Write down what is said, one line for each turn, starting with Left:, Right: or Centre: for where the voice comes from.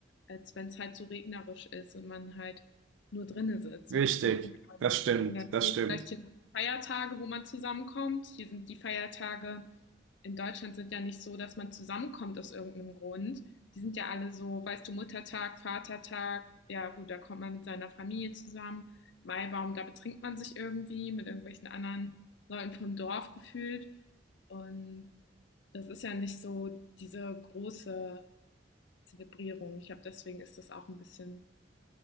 Left: als wenn es halt so regnerisch ist und man halt nur drinnen sitzt
Right: Richtig,
Left: und nichts machen kann.
Right: das stimmt,
Left: Und dann
Right: das
Left: fehlt
Right: stimmt.
Left: vielleicht hier noch Feiertage, wo man zusammenkommt. Hier sind die Feiertage in Deutschland sind ja nicht so, dass man zusammenkommt aus irgendeinem Grund. Die sind ja alle so, weißt du, Muttertag, Vatertag, ja gut, da kommt man mit seiner Familie zusammen. Maibaum, da betrinkt man sich irgendwie mit irgendwelchen anderen Leuten vom Dorf gefühlt. Und das ist ja nicht so diese große Zelebrierung. Ich glaube, deswegen ist das auch ein bisschen.